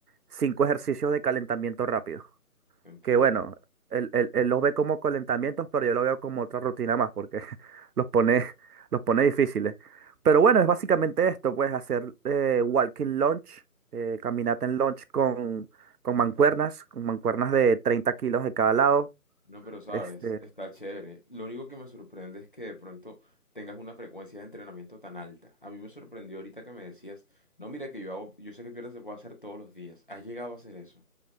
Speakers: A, on the right; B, on the left.
A: cinco ejercicios de calentamiento rápido.
B: entiendo.
A: Que bueno, él, él, él los ve como calentamientos, pero yo lo veo como otra rutina más, porque <laughs> los pone, los pone difíciles. Pero bueno, es básicamente esto, pues hacer eh, walking lunge, eh, caminata en lunge con, con mancuernas, con mancuernas de 30 kilos de cada lado
B: No, pero sabes,
A: este,
B: está chévere. Lo único que me sorprende es que de pronto tengas una frecuencia de entrenamiento tan alta. A mí me sorprendió ahorita que me decías, no, mira que yo hago, yo sé que pierna se puede hacer todos los días. ¿Has llegado a hacer eso?